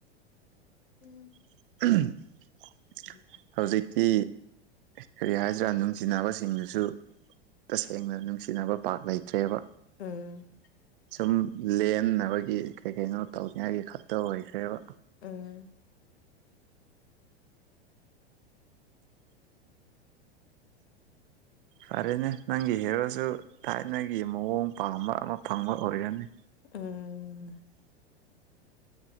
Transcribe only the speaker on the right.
<unintelligible>
ꯍꯧꯖꯤꯛꯇꯤ ꯀꯔꯤ ꯍꯥꯏꯁꯤꯔꯥ ꯅꯨꯡꯁꯤꯅꯕꯁꯤꯡꯅꯁꯨ ꯇꯁꯦꯡꯅ ꯅꯨꯡꯁꯤꯅꯕ ꯄꯥꯛ ꯂꯩꯇ꯭ꯔꯦꯕ
ꯑꯗꯨꯝ ꯂꯦꯟꯅꯕꯒꯤ ꯀꯩ ꯀꯩꯅꯣ ꯇꯧꯅꯤꯡꯉꯥꯏꯒꯤ ꯈꯛꯇ ꯑꯣꯏꯈ꯭ꯔꯦꯕ
ꯐꯔꯦꯅꯦ ꯅꯪꯒꯤ ꯍꯦꯔꯣꯁꯨ ꯊꯥꯏꯅꯒꯤ ꯃꯑꯣꯡ ꯄꯥꯝꯕ ꯑꯃ ꯐꯪꯕ ꯑꯣꯏꯔꯅꯤ